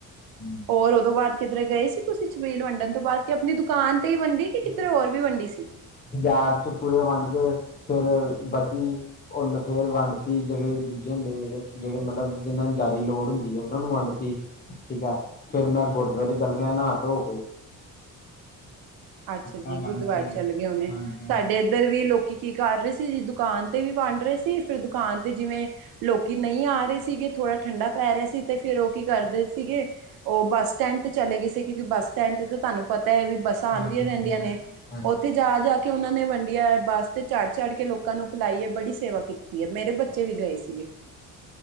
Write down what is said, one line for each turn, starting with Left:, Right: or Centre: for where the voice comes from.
Left: ਹਮ
Right: ਔਰ ਉਦੋਂ ਬਾਅਦ ਕਿੱਧਰ ਗਏ ਸੀ ਤੁਸੀਂ ਚਬੀਲ ਵੰਡਣ ਤੋਂ ਬਾਅਦ ਕੇ ਆਪਣੀ ਦੁਕਾਨ ਤੇ ਹੀ ਵੰਡੀ ਕਿ ਕਿੱਧਰੇ
Left: ਮੈਂ
Right: ਹੋਰ ਵੀ ਵੰਡੀ ਸੀ
Left: ਬਾਜ਼ਾਰ 'ਚ ਪੂਰੇ ਵੰਡ ਕੇ, ਫਿਰ ਬਚੀ ਉੱਲ ਫਿਰ ਵੰਡਤੀ ਜਿਹੜੇ ਦੂਜੇ ਹੁੰਦੇ ਜਿਹੜੇ ਮਤਲਬ ਜਿਹਨਾਂ ਨੂੰ ਜ਼ਿਆਦਾ ਲੋੜ ਹੁੰਦੀ, ਉਹਨਾਂ ਨੂੰ ਵੰਡਤੀ ਠੀਕ ਐ, ਫਿਰ ਮੈਂ ਗੁਰਦੁਆਰੇ ਚੱਲ ਗਿਆ ਨਹਾ ਧੋ ਕੇ
Right: ਅੱਛਾ
Left: ਮਟਕਾ
Right: ਜੀ
Left: ਬੰਨ
Right: ਗੁਰਦੁਆਰੇ
Left: ਕੇ
Right: ਚਲੇ ਗਏ ਹੋਨੇ,
Left: ਹਾਂਜੀ ਹਾਂਜੀ
Right: ਸਾਡੇ
Left: ਹਾਂਜੀ
Right: ਇੱਧਰ ਵੀ ਲੋਕੀ ਕੀ ਕਰ ਰਹੇ ਸੀ ਜੇ ਦੁਕਾਨ ਤੇ ਵੀ ਵੰਡ ਰਹੇ ਸੀ ਫੇਰ ਦੁਕਾਨ ਤੇ ਜਿਵੇਂ, ਲੋਕੀ ਨਹੀਂ ਆ ਰਹੇ ਸੀਗੇ ਥੋੜਾ ਠੰਡਾ ਪੈ ਰਿਹਾ ਸੀ ਤੇ ਫਿਰ ਉਹ ਕੀ ਕਰਦੇ ਸੀਗੇ, ਉਹ ਬੱਸ ਸਟੈਂਡ ਤੇ ਚਲੇ ਗਏ ਸੀ ਕਿਉਂਕਿ ਬੱਸ ਸਟੈਂਡ ਤੇ ਤੇ ਤੁਹਾਨੂੰ ਪਤਾ ਐ, ਵੀ ਬੱਸ ਤਾਂ ਆਉਂਦੀਆਂ
Left: ਹਾਂਜੀ
Right: ਰਹਿੰਦੀਆਂ
Left: ਹਾਂਜੀ ਹਾਂਜੀ
Right: ਨੇ,
Left: ਹਾਂਜੀ
Right: ਉੱਥੇ ਜਾ- ਜਾ ਕੇ ਉਹਨਾਂ ਨੇ ਵੰਡੀਆਂ, ਬੱਸ ਤੇ ਚੜ੍ਹ- ਚੜ੍ਹ ਕੇ ਲੋਕਾਂ ਨੂੰ ਪਿਲਾਈ ਐ, ਬੜੀ ਸੇਵਾ ਕੀਤ ਕੀਤੀ ਹੈ, ਮੇਰੇ ਬੱਚੇ ਵੀ ਗਏ ਸੀਗੇ